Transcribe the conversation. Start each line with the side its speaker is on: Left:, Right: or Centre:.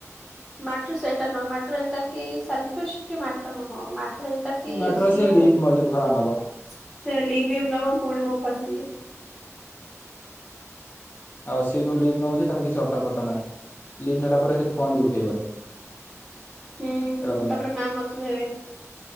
Centre: ମାଟ୍ରି ସେଇଟା ନୁହେଁ ମାଟ୍ର ଏଇଟା କି ସେଲଫିସ ଟି ମା ନୁହଁ ମ୳୲ଟର ଏଇଟା କି
Left: ମ୍ୟାଟର
Centre: ସିଏ
Left: ଅଛି ଲିଭ୍ ଭରା ନବ
Centre: ସେ ଲିଗିମ ନବ ପୁଣି ମୁଁ ଫସିବି।
Left: ଆଉ ସେ ଯୋଉ ଲିଭ୍ ନେଉଛି ତାର କିଛି ଅତାପତା ନାହିଁ। ଲିଭ ନେଲା ପରେ ସେ ଫୋନ ବି ଉଠେଇବନି।
Centre: ହୁଁ
Left: ଏଇଟା ତମେ
Centre: ତାପରେ ମ୍ୟାମ ନଥିବେ।